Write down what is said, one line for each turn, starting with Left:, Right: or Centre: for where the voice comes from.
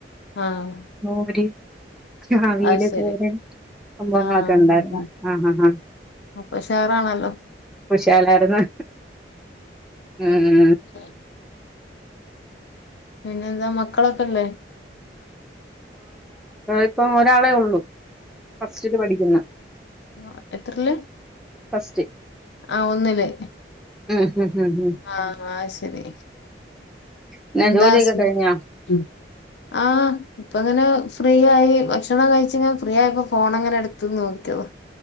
Left: ആഹ്
Centre: മോര് അവിയല്
Left: അത് ശരി.
Centre: തോരൻ സംഭവങ്ങളൊക്കെ
Left: ആഹ്
Centre: ഉണ്ടായിരുന്നു ആഹ് ആഹ്
Left: അപ്പൊ ഉഷാറാണല്ലോ.
Centre: കുശാലായിരുന്നു ഉം
Left: ശരി പിന്നെന്താ മക്കളൊക്കെല്ലേ?
Centre: ഇപ്പൊ ഒരാളേ ഉള്ളു ഫസ്റ്റില് പഠിക്കുന്നു.
Left: ആഹ് എത്രയില്
Centre: ഫസ്റ്റ്
Left: ആഹ് ഒന്നില്
Centre: ഉം ഉം ഉം ഉം
Left: ആഹ് ആഹ് ശരി
Centre: പിന്നെ
Left: എന്താ
Centre: ജോലിയൊക്കെ
Left: സുനി
Centre: കഴിഞ്ഞോ
Left: ഉം ആഹ് ഇപ്പോ അങ്ങനെ. ഫ്രീ ആയി ഭക്ഷണം കഴിച്ചിയിങ്ങ് ഫ്രീ ആയിപ്പോ ഫോൺ അങ്ങനെ എടുത്ത് നോക്കിയതാ.